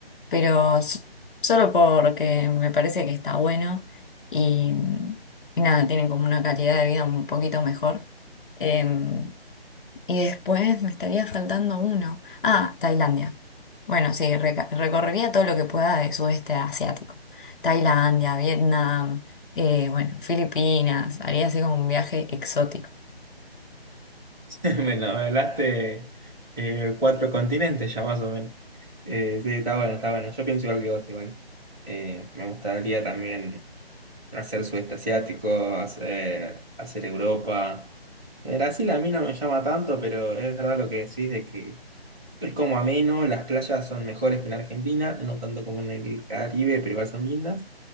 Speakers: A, on the left; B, in the centre.
A: pero s- solo porque me parece que está bueno y, mm, y nada, tienen como una calidad de vida un poquito mejor. Em, y después me estaría faltando uno. Ah, Tailandia. Bueno, sí, reca- recorrería todo lo que pueda de sudeste asiático. Tailandia, Vietnam, eh, bueno, Filipinas. Haría así como un viaje exótico.
B: <laughs> Bueno, hablaste eh, cuatro continentes ya más o menos. Eh, sí, está bueno, está bueno. Yo pienso igual que vos, igual. Eh, me gustaría también hacer sudeste asiático, hacer, hacer Europa. Eh, Brasil a mí no me llama tanto, pero es verdad lo que decís de que es como ameno, las playas son mejores que en Argentina, no tanto como en el Caribe, pero igual son lindas.